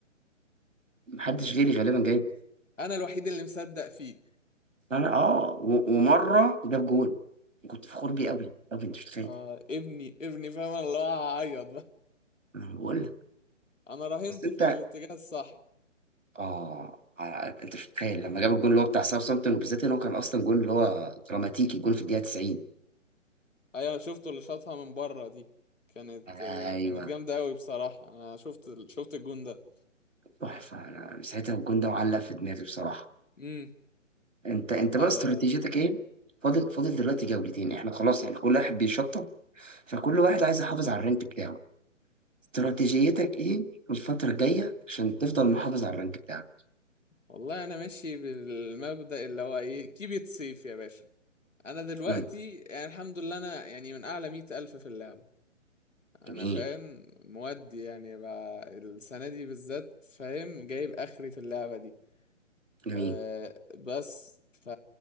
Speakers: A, on the right; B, on the left.
A: محدش غيري غالبا جايب
B: انا الوحيد اللي مصدق فيه
A: انا اه و- ومره جاب جون كنت فخور بيه قوي قوي انت مش متخيل
B: اه ابني ابني فاهم أنا اللي هو هعيط بقى
A: انا بقول لك
B: انا راهنت
A: بس انت
B: في الاتجاه الصح
A: اه على- انت مش متخيل لما جاب الجون اللي هو بتاع ساوثامبتون وبالذات ان هو كان اصلا جون اللي هو دراماتيكي جون في الدقيقه 90
B: ايوه شفته اللي شاطها من بره دي كانت آه،
A: ايوه
B: كانت جامده قوي بصراحه انا شفت ال- شفت الجون ده
A: تحفه انا ساعتها الجون ده معلق في دماغي بصراحه
B: امم
A: انت انت
B: انا
A: بقى استراتيجيتك ايه فاضل فاضل دلوقتي جولتين احنا خلاص يعني كل واحد بيشطب فكل واحد عايز يحافظ على الرانك بتاعه استراتيجيتك ايه الفترة الجاية عشان تفضل محافظ على الرانك بتاعك
B: والله انا ماشي بالمبدأ اللي هو ايه كيب ات سيف يا باشا انا دلوقتي
A: امم
B: يعني الحمد لله انا يعني من اعلى مئة الف في اللعبه انا
A: جميل
B: فاهم مودي يعني بقى السنه دي بالذات فاهم جايب اخري في اللعبه دي
A: جميل
B: أه بس ف...